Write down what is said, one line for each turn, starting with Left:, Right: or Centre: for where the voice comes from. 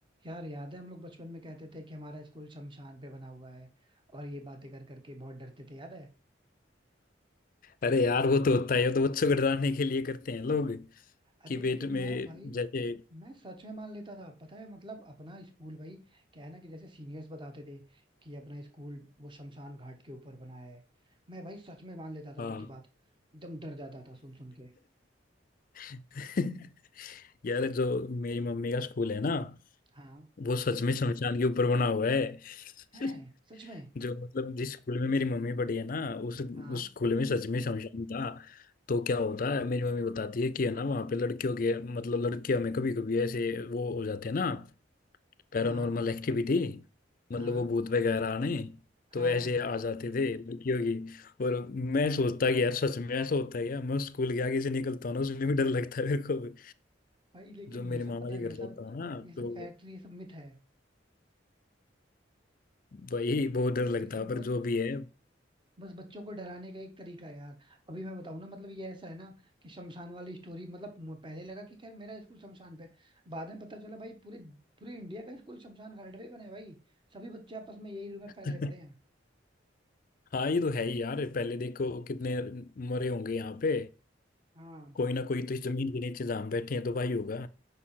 Right: यार याद है हम लोग बचपन में कहते थे कि हमारा स्कूल शमशान पे बना हुआ है और ये बातें कर करके बहुत डरते थे याद है
Left: अरे यार वो तो होता है वो तो बच्चों को डराने के लिए करते हैं लोग
Right: अरे
Left: कि पेट
Right: लेकिन मैं
Left: में
Right: भाई
Left: जैसे
Right: मैं सच में मान लेता था पता है मतलब अपना स्कूल भाई क्या है ना कि जैसे सीनियर्स बताते थे कि अपना स्कूल वो शमशान घाट के ऊपर बना है मैं भाई सच में मान लेता था
Left: हाँ
Right: उनकी बात एकदम डर जाता था सुन सुन के
Left: <laughs> यार जो मेरी मम्मी का स्कूल है ना
Right: हाँ
Left: वो सच में शमशान के ऊपर बना हुआ है
Right: है
Left: <laughs>
Right: सच में
Left: जो मतलब जिस स्कूल में मेरी मम्मी पढ़ी है ना उस उस
Right: हाँ
Left: स्कूल में सच में शमशान था तो क्या होता है मेरी मम्मी बताती है कि है ना वहाँ पे लड़कियों के मतलब लड़के हमें कभी कभी ऐसे वो हो जाते हैं ना पैरानॉर्मल
Right: हाँ
Left: एक्टिविटी
Right: हाँ
Left: मतलब वो भूत वगैरह आने तो
Right: हाँ
Left: ऐसे आ जाते थे लड़कियों की और मैं सोचता कि यार सच में ऐसा होता है यार मैं स्कूल के आगे से निकलता हूँ ना उसमें भी डर लगता है मेरे को भी।
Right: भाई लेकिन
Left: जो
Right: ये
Left: मेरे
Right: सब
Left: मामा
Right: पता है
Left: के घर
Right: ये
Left: जाता
Right: सब
Left: हूँ ना
Right: ये सब
Left: तो
Right: फैक्ट ये सब मिथ है
Left: भाई बहुत
Right: मतलब
Left: डर लगता
Right: ये सब
Left: है पर
Right: बस
Left: जो भी है
Right: बस बच्चों को डराने का एक तरीका है यार अभी मैं बताऊं ना मतलब ये ऐसा है ना कि शमशान वाली स्टोरी मतलब म- पहले लगा कि खैर मेरा स्कूल शमशान पे है। बाद में पता चला भाई पूरे पूरे इंडिया का स्कूल शमशान घाट पे ही बना है भाई सभी बच्चे आपस में यही रूमर
Left: <laughs>
Right: फैलाए पड़े हैं
Left: हाँ ये तो है ही यार पहले देखो कितने मरे होंगे यहाँ पे
Right: हाँ
Left: कोई ना कोई तो इस जमीन के नीचे जहाँ हम बैठे हैं तो भाई होगा